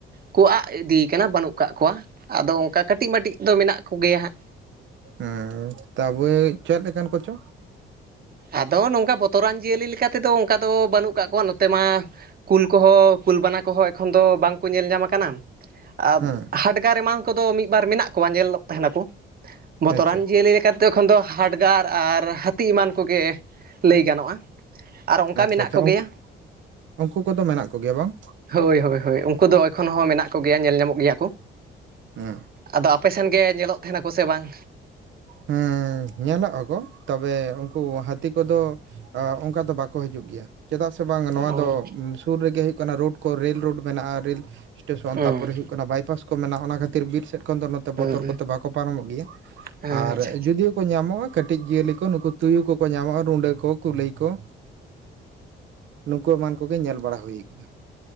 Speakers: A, on the right (about 50°); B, on the right (about 70°).
A: ᱠᱚ ᱟᱫ ᱤᱫᱤᱭ ᱠᱟᱱᱟ ᱵᱟᱹᱱᱩᱜ ᱠᱟᱜ ᱠᱚᱣᱟ ᱟᱫᱚ ᱚᱱᱠᱟ ᱠᱟᱹᱴᱤᱡ ᱢᱟᱹᱴᱤᱡ ᱫᱚ ᱢᱮᱱᱟᱜ ᱠᱚᱜᱮᱭᱟ ᱦᱟᱸᱜ
B: ᱟᱸᱻ ᱛᱟᱵᱮ ᱪᱮᱫ ᱞᱮᱠᱟᱱ ᱠᱚᱪᱚ?
A: ᱟᱫᱚ ᱱᱚᱝᱠᱟ ᱵᱚᱛᱚᱨᱟᱱ ᱡᱤᱭᱟᱹᱞᱤ ᱞᱮᱠᱟ ᱛᱮᱫᱚ ᱚᱱᱠᱟ ᱫᱚ ᱵᱟᱹᱱᱩᱜ ᱠᱟᱜ ᱠᱚᱣᱟ ᱱᱚᱛᱮ ᱢᱟ ᱠᱩᱞ ᱠᱚᱦᱚᱸ᱾ ᱠᱩᱞ ᱵᱟᱱᱟ ᱠᱚᱦᱚᱸ ᱮᱠᱷᱚᱱ ᱫᱚ ᱵᱟᱝᱠᱚ ᱧᱮᱞ ᱧᱟᱢ ᱟᱠᱟᱱᱟ᱾ ᱟᱨ
B: ᱦᱮᱸ
A: ᱦᱟᱰᱜᱟᱨ ᱮᱢᱟᱱ ᱠᱚᱫᱚ ᱢᱤᱫ ᱵᱟᱨ ᱢᱮᱱᱟᱜ ᱠᱚᱣᱟ᱾ ᱧᱮᱞᱚᱜ ᱛᱟᱦᱮᱱᱟᱠᱚ ᱵᱚᱛᱚᱨᱟᱱ
B: ᱟᱪᱪᱷᱟ
A: ᱡᱤᱭᱟᱹᱞᱤ ᱪᱟᱹᱛᱮ ᱮᱠᱷᱚᱱ ᱫᱚ ᱦᱟᱰᱜᱟᱨ ᱟᱨ ᱦᱟᱹᱛᱤ ᱮᱢᱟᱱ ᱠᱚᱜᱮ ᱞᱟᱹᱭ ᱜᱟᱱᱚᱜᱼᱟ ᱟᱨ ᱚᱱᱠᱟ
B: ᱟᱪᱪᱷᱟ
A: ᱢᱮᱱᱟᱜ
B: ᱟᱪᱪᱷᱟ
A: ᱠᱚᱜᱮᱭᱟ
B: ᱩᱱᱠᱩ ᱩᱱᱠᱩ ᱠᱚᱫᱚ ᱢᱮᱱᱟᱜ ᱠᱚᱜᱮᱭᱟ ᱵᱟᱝ?
A: ᱦᱳᱭ ᱦᱳᱭ ᱦᱳᱭ᱾ ᱩᱱᱠᱩ ᱫᱚ ᱮᱠᱷᱚᱱ ᱦᱚᱸ ᱢᱮᱱᱟᱜ ᱠᱚᱜᱮᱭᱟ ᱧᱮᱞ ᱧᱟᱢᱚᱜ ᱜᱮᱭᱟ ᱠᱚ᱾
B: ᱦᱮᱸ
A: ᱟᱫᱚ ᱟᱯᱮ ᱥᱮᱫ ᱜᱮ ᱧᱮᱞᱚᱜ ᱛᱟᱦᱮᱱᱟᱠᱚ ᱥᱮ ᱵᱟᱝ?
B: ᱦᱩᱸ ᱧᱮᱞᱚᱜ ᱟᱠᱚ᱾ ᱛᱚᱵᱮ ᱩᱱᱠᱩ ᱦᱟᱹᱛᱤ ᱠᱚᱫᱚ ᱚᱱᱠᱟ ᱫᱚ ᱵᱟᱠᱚ ᱦᱤᱡᱩᱜ ᱜᱮᱭᱟ ᱪᱮᱫᱟᱜ ᱥᱮ ᱵᱟᱝ ᱱᱚᱣᱟ
A: ᱚ
B: ᱫᱚ ᱥᱩᱨ ᱨᱮᱜᱮ ᱦᱩᱭᱩᱜ ᱠᱟᱱᱟ ᱨᱳᱰ ᱠᱚ ᱨᱤᱞ ᱨᱳᱰ ᱢᱮᱱᱟᱜᱼᱟ ᱨᱤᱞ ᱥᱴᱮᱥᱚᱱ
A: ᱦᱩᱸ
B: ᱛᱟᱯᱚᱨᱮ ᱦᱩᱭᱩᱜ ᱠᱟᱱᱟ ᱵᱟᱭᱯᱟᱥ ᱠᱚ ᱢᱮᱱᱟᱜᱼᱟ ᱚᱱᱟ ᱠᱷᱟᱹᱛᱤᱨ ᱵᱤᱨ ᱥᱮᱫ ᱠᱷᱚᱱ ᱫᱚ ᱵᱚᱛᱚᱨ
A: ᱦᱩᱸ
B: ᱠᱚᱛᱮ ᱵᱟᱠᱚ ᱯᱟᱨᱚᱢᱚᱜ ᱜᱮᱭᱟ
A: ᱦᱮᱸ
B: ᱟᱨ
A: ᱟᱪᱪᱷᱟ ᱟᱪᱪᱷᱟ
B: ᱡᱩᱫᱤᱭᱳ ᱠᱚ ᱧᱟᱢᱚᱜᱼᱟ ᱠᱟᱹᱴᱤᱡ ᱡᱤᱭᱟᱹᱞᱤ ᱠᱚ ᱱᱩᱠᱩ ᱛᱩᱭᱩ ᱠᱚᱠᱚ ᱧᱟᱢᱚᱜᱼᱟ ᱨᱩᱸᱰᱟᱹ ᱠᱚ ᱠᱩᱞᱟᱹᱭ ᱠᱚ ᱱᱩᱠᱩ ᱮᱢᱟᱱ ᱠᱚᱜᱮᱧ ᱧᱮᱞ ᱵᱟᱲᱟ ᱦᱩᱭ ᱟᱠᱟᱱᱟ᱾